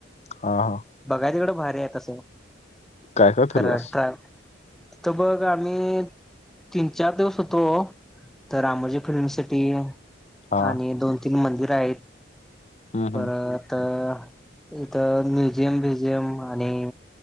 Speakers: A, on the left; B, in the centre.
A: हा, हा.
B: बघाय, तिकडं भारी आहे तसं,
A: काय काय
B: खरं
A: फिरलास
B: तर. तर बघ, आम्ही तीन-चार दिवस होतो, तर आमज फिरण्यासाठी
A: हा
B: आणि दोन-तीन मंदिरं आहेत
A: हम्म
B: परत
A: हम्म
B: तर इथं म्युझियम-ब्युझियम आणि...